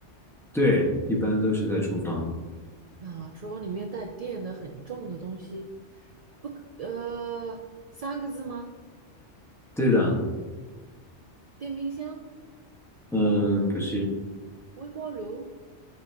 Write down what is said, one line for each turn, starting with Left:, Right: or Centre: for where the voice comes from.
Centre: 对，一般都是在厨房，
Right: 啊，厨房里面带电的很重的东西，不可呃，三个字吗？
Centre: 对的，
Right: 电冰箱、
Centre: 呃，不是，
Right: 微波炉、